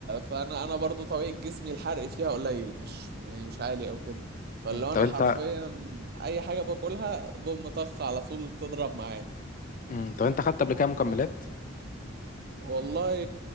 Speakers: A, on the right; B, on the left.
A: فانا انا برضو طبيعة جسمي الحرق فيها قليل مش يعني مش عالي او كده فلو
B: مم. طب
A: انا
B: انت
A: حرفيا اي حاجة باكلها بوم طخ على طول تضرب معايا
B: مم. طب انت خدت قبل كده مكملات
A: والله